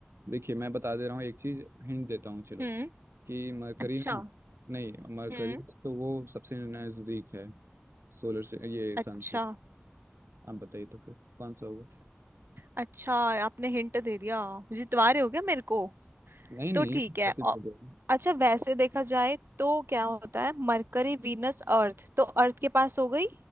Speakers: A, on the right; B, on the right.
A: देखिए मैं बता दे रहा हूँ एक चीज हिंट देता हूँ चलो
B: हम्म
A: कि मरकरी
B: अच्छा
A: ना नहीं मरकरी
B: हम्म
A: तो वो सबसे नजदीक है सोलर से ये सन
B: अच्छा
A: से आप बताइए तो फिर कौन सा होगा
B: अच्छा आपने हिंट दे दिया जितवा रहे हो क्या मेरे को
A: नहीं नहीं
B: तो ठीक है
A: ऐसे तो
B: औ-
A: बोलो।
B: अच्छा वैसे देखा जाए तो क्या होता है मरकरी वीनस अर्थ तो अर्थ के पास हो गई